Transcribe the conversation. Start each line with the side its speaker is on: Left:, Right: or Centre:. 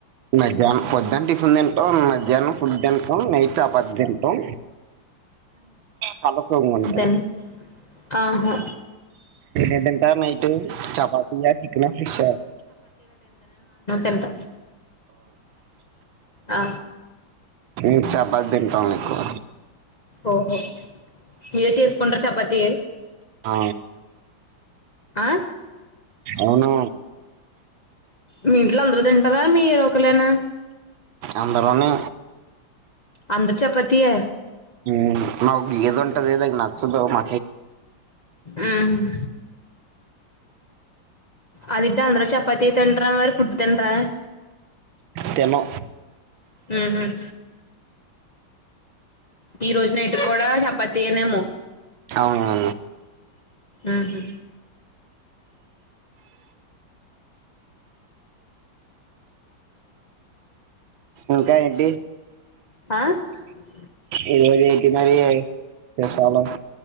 Right: మధ్యాహ్నం పొద్దున్న టిఫిన్ తింటాం. మధ్యాహ్నం ఫుడ్ తింటాం. నైట్ చపాతి తింటాం. పళ్లు తోముకుంటాం.
Left: తిన్ ఆహా
Right: ఏమ్ తింటారు నైట్ చపాతీ చికనా ఫిషా
Left: ఎంత ఆ
Right: మేమ్ చపాతి తింటాం ఎక్కువ
Left: ఓహో మీరే చేసుకుంటరు చపాతి
Right: ఆ
Left: ఆ
Right: అవును.
Left: మీ ఇంట్లో అందరు తింటారా మీరు ఒకలేనా?
Right: అందురూను
Left: అందరు చపాతీయే
Right: ఉమ్ నాకు ఏది ఉంటే అది ఏది నచ్చదు మ
Left: ఉమ్ అదిడ్డ అంద్రు చపాతి తింటరా మరి పుడ్ తినరా?
Right: తినమ్
Left: ఉహుం ఈ రోజు నైటు కూడా చపాతీయనేమో?
Right: అవునా
Left: ఉహు
Right: ఇంకా ఎడ్డీ?
Left: <inaudible>
Right: ఈ రోజు ఏంటి మరి స్పెషల్?